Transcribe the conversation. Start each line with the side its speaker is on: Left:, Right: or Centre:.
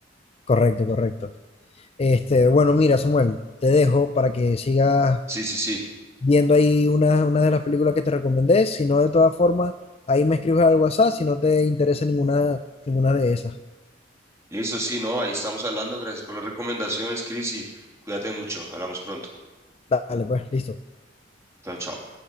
Left: Correcto, correcto. Este, bueno, mira, Samuel, te dejo para que sigas
Right: Sí, sí, sí.
Left: viendo ahí una, una de las películas que te recomendé. Si no, de todas formas, ahí me escribes al WhatsApp si no te interesa ninguna, ninguna de esas.
Right: Listo, sí, no, ahí estamos hablando. Gracias por las recomendaciones, Chris, y cuídate mucho. Hablamos pronto.
Left: Dale, pues, listo.
Right: Chao, chao.